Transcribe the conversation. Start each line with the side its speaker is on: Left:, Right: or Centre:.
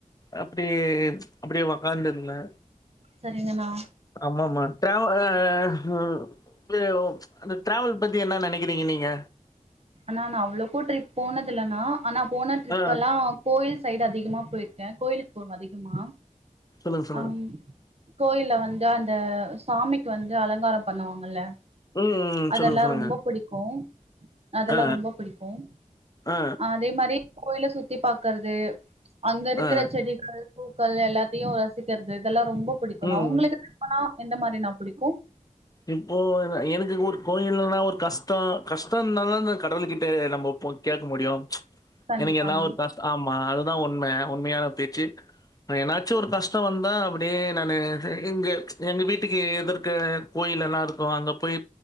Left: அப்டியே ச் அப்டியே உட்காந்துயிருதந்தே
Right: சரிங்கண்ணா
Left: ஆம ஆமா ற்ற மா அந்த டிரவல் பத்தி என்ன நினைக்கிறீங்க நீங்க
Right: அண்ணா நான் அவ்வளோக்கு ட்ரிப் போனது இல்லான ஆனா போன ட்ரிப்
Left: ஆ.
Right: எல்லாம் கோயில்ஸ் சைடு அதிகமா போயிருக்கேன் கோயிலுக்கு போனும் அதிகமா
Left: சொல்லுங்க, சொல்லுங்க.
Right: அம் கோயில வந்து அந்த சாமிக்கு வந்து அலங்காரம் பண்ணுவாங்கல
Left: ம், ம்.
Right: அதல்லாம்
Left: சொல்லுங்க, சொல்லுங்க.
Right: ரொம்ப புடிக்கும் அதல்லாம்
Left: ஆ,
Right: ரொம்ப பிடிக்கும்
Left: ஆ, ஆ,
Right: ஹ அதே மாதிரி கோயில சுத்தி பாக்குறது அங்க இருக்குர
Left: ஆ,
Right: செடிகள் பூ க்கல் எல்லாத்தையும் ரசிக்குரது இதல்லாம் ரொம்ப பிடிக்கும்னா
Left: ம்.
Right: உங்களுக்குவிருப்பனா எந்த மாரி நா புடிக்கும்
Left: இப்போ எனக்கு ஒரு கோயிலுனா ஒரு கஷ்டம் கஷ்டம்னான தான் கடவுளுக்கிட்ட நம்மபோய் கேட்க முடியும்
Right: கண்டிப்பாண்ணா
Left: எனக்கு ஏதாவ ஒரு கஷ்டம் ஆமா அது இதுதான் உண்ம உண்மையான பேச்சு என்னாச்சும் ஒரு கஷ்டம் வந்தா அப்படியே நானு இங்க எங்க வீட்டுக்கு எதிர்க்க கோயில எல்லாம் இருக்கும் அங்க போய்